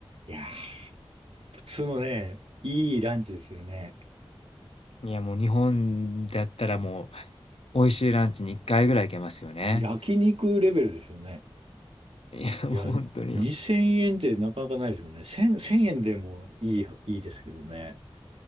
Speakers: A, on the right; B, on the left.
A: いやー、普通のね、いいランチですよね。
B: いや、もう日本だったらもう、美味しいランチに2回ぐらい行けますよね。
A: 焼肉レベルですよね。
B: いや、もうほんとに。
A: いや、2000円ってなかなかないですよね。1000、円でもいい、いいですけどね。